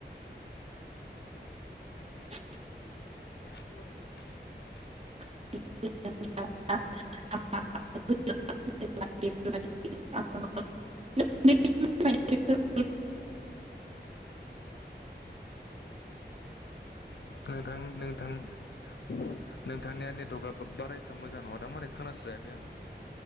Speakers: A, on the right; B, on the left.
A: <unintelligible>
B: <inaudible>
A: <unintelligible> <unintelligible>
B: नोंथां नोंथां नोंथांनिया नेटवर्कआ बा-बारा एसां मोजां नङा दां माने खोनास्रायाखै आं